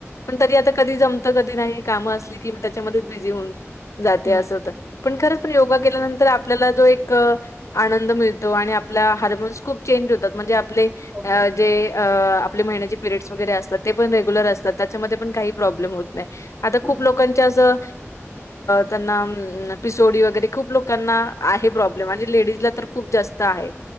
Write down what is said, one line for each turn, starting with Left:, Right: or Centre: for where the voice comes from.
Left: पण तरी आता कधी जमत. कधी नाही. काम असली कि त्याच्यामध्ये च बिझी होऊन जाते.
Right: नक्की.
Left: अस होत. पण खरच योगा केल्या नंतर आ आपला जो एक आनंद मिळतो. आणि आपला हार्मोन्स
Right: हो
Left: खूप चेंज होतात. म्हणजे आ पले
Right: हो
Left: जे आपले महिन्याचे पिरयड्स वगैरे असतात. ते पण रेग्युलर असतात. मध्ये पण काही प्रॉब्लेम होत नाही. आता खूप
Right: हो
Left: लोकांनी अस अ त्यांना पिसोडी वगैरे खूप लोकांना आहे प्रॉब्लेम. आणि लेडीजला तर खूप जास्त आहे.